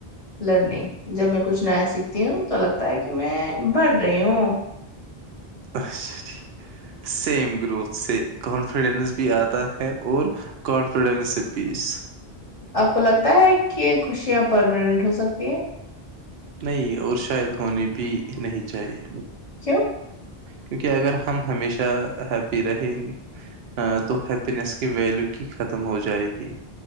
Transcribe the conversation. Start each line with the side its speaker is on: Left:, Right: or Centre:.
Left: لرننگ جب میں کچھ نیا سیکھتی ہوں تو لگتا ہے کہ میں بڑ رہی ہوں
Right: اچھاھ سیم گروتھ سے کانفیڈینس بھی آتا ہے اور کانفیڈینس سے پیس
Left: آپ کو لگتا ہے کہ خوشیاں پرماننٹ ہو سکتی ہیں
Right: نہیں اور شاید ہونی بھی نہیں چاہیے
Left: کیو
Right: کیونکہ اگر ہم ہمیشہ ہیپی رہیں گے تو ہیپینس کی ویلیو کی ختم ہو جائے گی